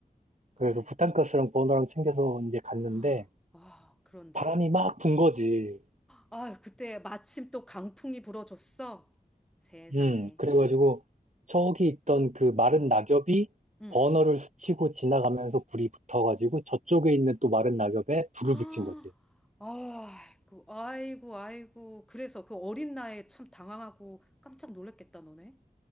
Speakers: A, in the centre; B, on the right.
A: 근데,
B: 그래서 부탄가스랑 버너랑 챙겨서 이제 갔는데
A: 아, 아, 그런데.
B: 바람이 막 분 거지.
A: 아, 그때 마침 또 강풍이 불어줬어. 세상에.
B: 음, 그래가지고 저기 있던 그 마른 낙엽이
A: 응.
B: 버너를 스치고 지나가면서 불이 붙어가지고 저쪽에 있는 또 마른 낙엽에 불을
A: 아,
B: 붙인 거지.
A: 아이고, 아이고, 아이고. 그래서 그 어린 나이에 참 당황하고 깜짝 놀랐겠다, 너네.